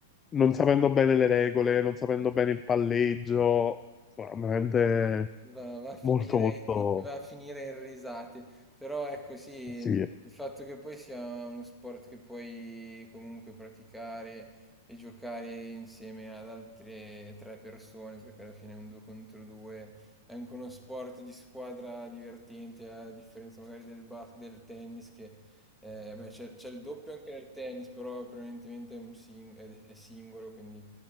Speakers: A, on the left; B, in the centre.
A: non sapendo bene le regole, non sapendo bene il palleggio, sarà veramente
B: Va, va a finire,
A: molto molto
B: i- va a finire in risate, però ecco sì,
A: sì.
B: il fatto che poi sia uno sport che puoi comunque praticare e giocare insieme ad altre tre persone, perché alla fine è un due contro due, è anche uno sport di squadra divertente, a differenza magari del, bas- del tennis, che eh, beh, c'è c'è il doppio anche nel tennis, però prevalentemente è, un sing- è è singolo, quindi...